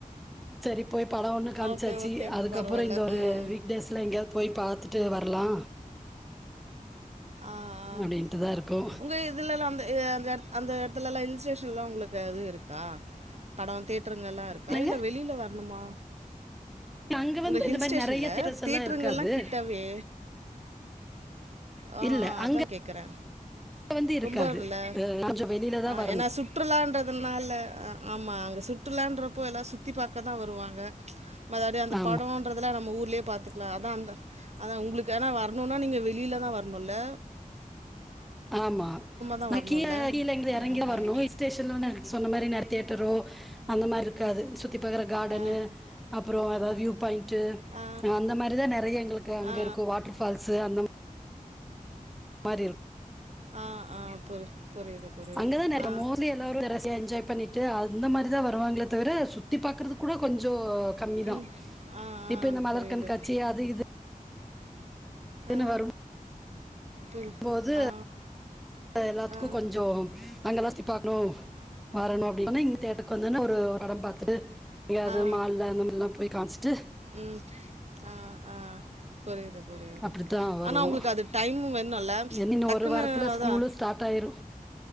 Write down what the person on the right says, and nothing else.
ஓகே ஓகே
பரவால்ல
ம்
ஆ ஆ
உங்க இதுலல்லா அந்த <unintelligible> அந்த எடத்துல எல்லா ஹில் ஸ்டேஷன்ல்லா உங்களுக்கு இது இருக்கா படோ தேட்டருங்கல்லா இருக்கா
இல்ல வெளில வர்ணுமா
உங்க
ஹில்
ஸ்டேஷன்ல
தேட்டருங்கல்லா
கிட்டவே ஆ
ஆ அத
கேட்குறே
ரொம்பல்ல
ஆ
ஏன்னா சு சுற்றுலன்றதுனால அ ஆமா அங்க சுற்றுலறப்போ எல்லா சுத்தி பாக்க தா வருவாங்க மத்தடி அந்த
படோ மற்றதேலா நம்ம ஊர்லே பாத்துக்கலா அதா அந்த அதா உங்களுக்கு என வர்ணுனா நீங்க வெளில தா வர் ணுல்ல
தா
வரணுல்ல
ம்
ம்
ஆ
ஆ
ஆ
ஆ ஆ புரி புரியுது புரியுது
ஆ
ம் ஆ ஆ
புரியுது
ஆ
புரி
ஆ
ஆ
ஆ
ம் ஆ ஆ புரியுது புரியுது
ஆனா உங்களுக்கு அது டைமு வேணுல்ல
டக்குன்னு
அதா